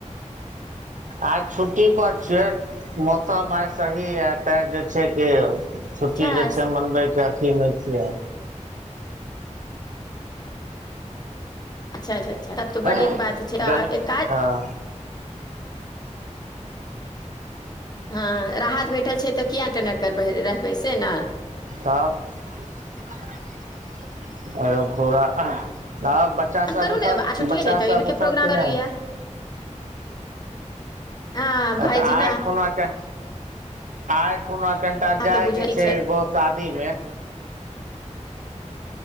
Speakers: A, on the right (about 85°); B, on the left (about 30°).
A: आज छुट्टी पर छै, मौसम आज सही ह ते जे छै कैय छुट्टी
B: अच्छा
A: ज छै मनबै्य कर टी में छीय।
B: अच्छा अच्छा। त तऽ
A: गर्मी
B: बड़ बात छै, त एक काज
A: हँ
B: हँ, राहत भेटल छै तऽ किया टनकक्कर रहबै से न।
A: तब एकदम पूरा अह तब बच्चा
B: काम
A: सब
B: करू
A: उठल,
B: ने आ
A: बच्चा
B: छुट्टी छै तऽ
A: सब
B: इम्हरके
A: उठल
B: प्रोग्राम
A: के नहि।
B: कर लिअ हँ
A: तऽ
B: भाईजी
A: आइ
B: नहि
A: खुना क आइ कोना कनटा
B: अहाँके
A: जाय
B: बुझै
A: के छै एगो शादी मे।